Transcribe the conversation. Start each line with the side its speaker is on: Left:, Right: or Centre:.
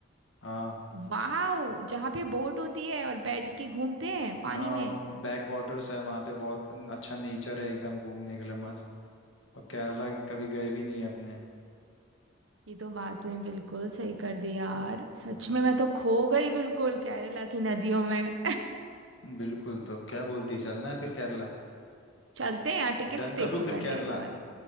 Left: हाँ
Right: वाह जहाँ पे बोट होती है और बैठ के घूमते हैं पानी
Left: हाँ
Right: में
Left: बैक वाटर्स है वहाँ पे बहुत अच्छा नेचर है एकदम घूमने के लिए मस्त और केरला कभी गए भी नहीं है अपने
Right: ये तो बात तूने बिल्कुल सही कर दी यार सच
Left: हम्म।
Right: में मैं तो खो गई बिल्कुल केरला की नदियों में
Left: बिल्कुल तो क्या बोलती है चलना है फिर केरला
Right: चलते हैं यार टिकट्स
Left: डन
Right: देख
Left: कर लूँ
Right: तू
Left: फिर
Right: पहले
Left: केरला
Right: एक बार